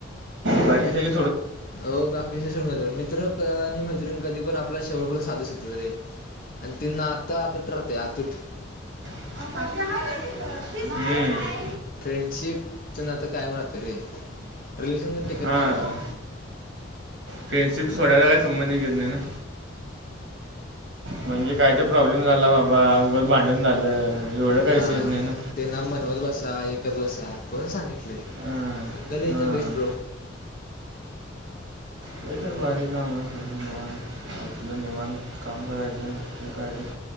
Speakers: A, on the right; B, on the left.
A: बाकी सगळी
B: हो बाकीचे सोडून जातात मित्र अ आणि मैत्रिण कधी पण आपल शेवटपर्यंत <unintelligible> रे आणि ते नात आतूट राहते आतूट.
A: हम्म.
B: फ्रेंडशिप च नातं कायम राहतय रे. रिलेशनशिप टिकत
A: हां
B: नाहीत रे.
A: फ्रेंडशिप सोडायचा काय संबंधच येत नाही ना. म्हणजे काय तर प्रॉब्लेम झाला बाबा उगच भांडण झालं. एवढं काय
B: हां
A: विषय येत नाही ना
B: त्यांना आणि मनवत बसा, हे करत बसा, कोण सांगत बसलय
A: हां
B: सिंगल इज
A: हां
B: द बेस्ट ब्रो.
A: ते तर भारी काम अस <unintelligible> आपलं निवांत काम करायचं, हे करायच.